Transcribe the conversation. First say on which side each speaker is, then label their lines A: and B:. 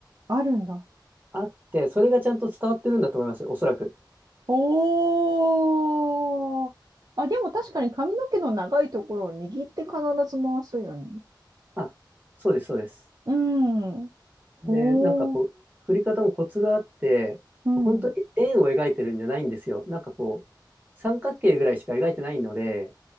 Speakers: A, on the right; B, on the right.
A: あるんだ。
B: あって、それがちゃんと伝わってるんだと思います、おそらく。
A: おー。あ、でも確かに髪の毛の長いところを握って必ず回すよね。
B: あ、そうです、そうです。
A: うん。おー。
B: で、なんかこう、振り方もコツがあって、
A: うん。
B: 本当に円を描いてるんじゃないんですよ。なんかこう、三角形ぐらいしか描いてないので、